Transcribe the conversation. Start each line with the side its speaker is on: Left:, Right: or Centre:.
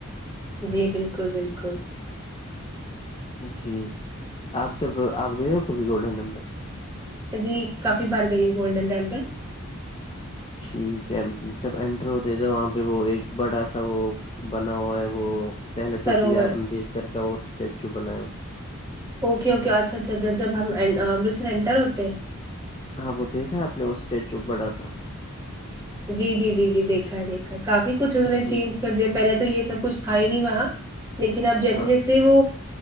Right: جی بالکل بالکل
Left: جی آپ جب آپ گئے ہو کبھی گولڈن نمبر
Right: جی کافی بار گئی ہے گولڈن ٹپل
Left: ٹھیک ہے جب انینٹر ہوتے تھے وہاں پہ وہ ایک بڑا سا وہ بنا ہوا ہے وہ پہلے تو
Right: سروور
Left: بی آر امبیڈکر کا وہ اسٹیچو بنایا
Right: اوکے اوکے اچھا اچھا ا جب ہم امرتر انٹر ہوتے
Left: ہاں وہ دیکھا آپ نے وہ اسٹیچو بڑا سا
Right: جی جی جی جی دیکھا ہے دیکھا ہے کافی کچھ انہوں نے چینج
Left: جی
Right: کر دیا پہلے تو یہ سب کچھ تھا ہی نہیں وہا لیکن اب جیسے
Left: ہاں
Right: جیسے سے وہ